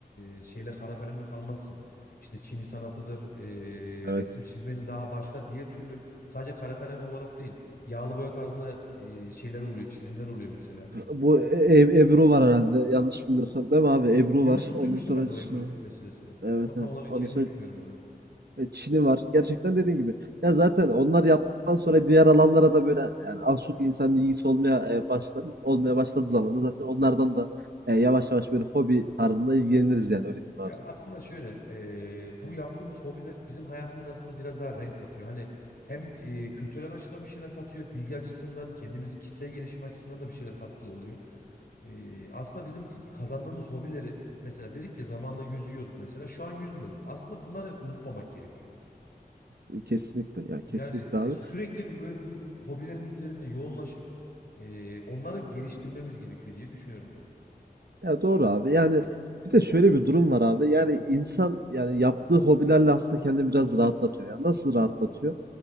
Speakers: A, on the left; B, on the right.
A: e, şeyle kara kalemle kalmazsın. İşte Çini sanatıdır, e,
B: Evet.
A: resim çizmenin daha başka diğer türlü sadece kara kalem olarak değil. Yağlı boya tarzında e, şeyler oluyor, çizimler oluyor mesela.
B: Bu E- E- Ebru var herhalde. Yanlış bilmiyorsam değil mi abi? Ebru
A: Duymuştum
B: var. Ondan
A: duymuştum
B: sonra
A: ben
B: Ç-
A: de o Ebru meselesini.
B: evet,
A: Ama tam
B: evet.
A: olarak
B: Ondan
A: içeriğini
B: sonra
A: bilmiyorum ama.
B: e, Çin'i var. Gerçekten dediğin gibi. Ya zaten onlar yaptıktan sonra diğer alanlara da böyle yani az çok insanın ilgisi olmaya e, başlar. Olmaya başladığı zaman da zaten onlardan da e, yavaş yavaş böyle hobi tarzında ilgileniriz yani öyle diyeyim
A: Ya
B: abi. sana.
A: aslında şöyle eee, bu yaptığımız hobiler bizim hayatımız aslında biraz daha renk katıyor. Hani hem eee, kültürel açıdan bir şeyler katıyor, bilgi açısından kendimizi kişisel gelişim açısından da bir şeyler kattığı oluyor. Eee, aslında bizim kazandığımız hobileri mesela dedik ya zamanında yüzüyorduk mesela şu an yüzmüyoruz. Aslında bunları unutmamak gerekiyor.
B: E, Kesinlikle ya kesinlikle
A: Yani e,
B: abi.
A: sürekli bu- böyle bu hobilerimiz üzerinde yoğunlaşıp eee, onları geliştirmemiz gerekiyor diye düşünüyorum ben.
B: Ya doğru abi. Yani bir de şöyle bir durum var abi. Yani insan yani yaptığı hobilerle aslında kendini biraz rahatlatıyor. Ya nasıl
A: Hı hı.
B: rahatlatıyor?